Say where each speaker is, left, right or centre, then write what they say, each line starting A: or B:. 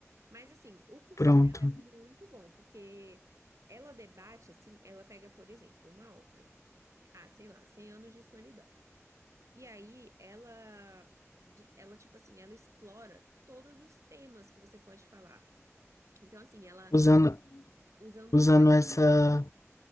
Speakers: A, on the right; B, on the left.
A: Mas assim, o cursinho
B: Pronto.
A: dela é muito bom, porque ela debate assim, ela pega, por exemplo, uma obra, ah, sei lá, 100 anos de solidão. E aí ela de- ela tipo assim, ela explora todos os temas que você pode falar. Então assim, ela
B: Usando,
A: usando
B: usando
A: só essa
B: essa,
A: obra.